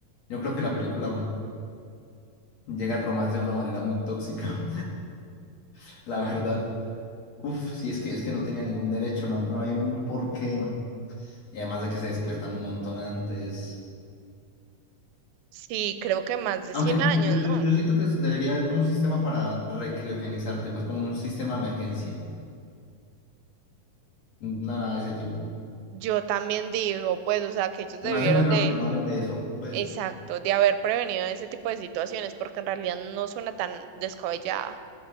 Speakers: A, on the left; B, on the right.
A: yo creo que la película llega al romance de una manera muy tóxica, <laughs> la verdad. Uf, sí, es que, es que no tenía ningún derecho, no, no hay por qué. Y además de que se despiertan un montón antes.
B: Sí, creo que más de
A: Aunque
B: 100 años,
A: yo, yo,
B: ¿no?
A: yo siento que debería haber como un sistema para recriogenizarte, pues como un sistema de emergencia. Una nave de ese tipo.
B: Yo también digo, pues, o sea, que ellos
A: Se
B: debieron
A: me hace muy raro
B: de...
A: que no hablen de eso, pues.
B: Exacto, de haber prevenido ese tipo de situaciones, porque en realidad no suena tan descabellada.